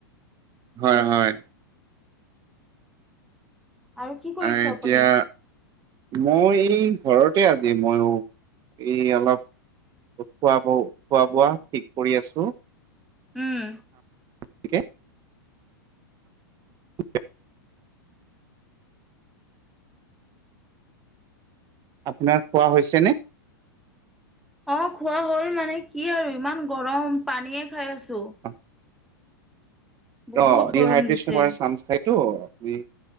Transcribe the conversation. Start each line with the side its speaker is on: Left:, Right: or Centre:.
Right: হয়, হয়।
Centre: আৰু কি কৰিছে
Right: আহ এতিয়া
Centre: আপুনি?
Right: মই এই ঘৰতে আজি মইও এই অলপ খোৱা বৌ খোৱা বোৱা ঠিক কৰি আছো।
Centre: উম।
Right: খামকে <inaudible> আপোনাৰ খোৱা হৈছেনে?
Centre: অ', খোৱা হ'ল মানে কি আৰু ইমান গৰম পানীয়ে খাই আছো।
Right: <inaudible>
Centre: বহুত
Right: অ', ডিহাইড্ৰেচন
Centre: গৰম দিছে।
Right: হোৱাৰ চান্স থাকেতো আপুনি